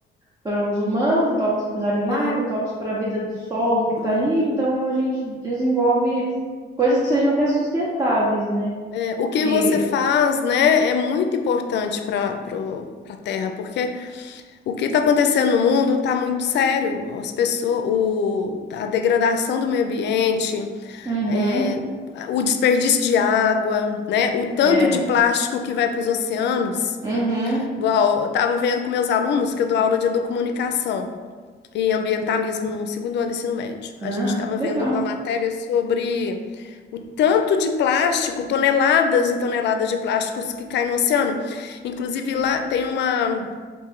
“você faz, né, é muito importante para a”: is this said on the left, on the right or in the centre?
Left